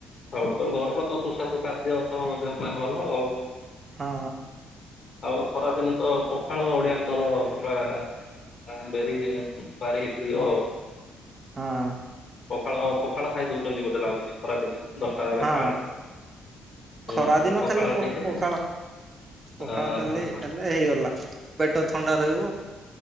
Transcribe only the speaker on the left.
କଥା ଗୋଟେ ଘରର ତ ସୁସ୍ୱାଦୁ ଖାଦ୍ୟ ତ ଦେହ ପାଇଁ ଭଲ ଆଉ।
ଆଉ ଖରାଦିନ ତ ପଖାଳ ଓଡିଆଙ୍କର ପୁରା ଆ ବାରି ଭାରି ପ୍ରିୟ ଆଉ।
ପଖାଳ ପଖାଳ ଖାଇ ଦଉଛନ୍ତି ବୋତେ ଲାଗୁଛି ଖରା ଦିନେ ଦଶଟା ଏଗାରଟା
ବେଳେ। ହୁଁ
ହୁଁ
ପଖାଳ
ଟିକେ
ଅ
ହଁ ହଁ